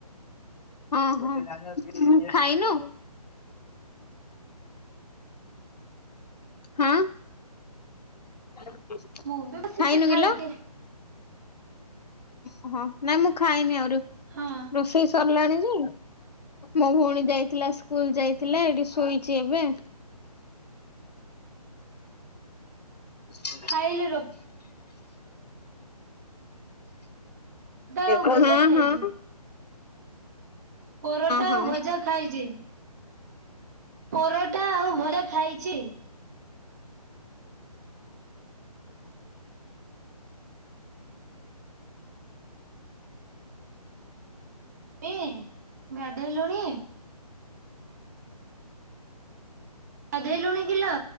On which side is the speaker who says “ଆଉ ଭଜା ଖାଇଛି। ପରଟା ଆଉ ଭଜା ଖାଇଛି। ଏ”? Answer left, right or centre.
Right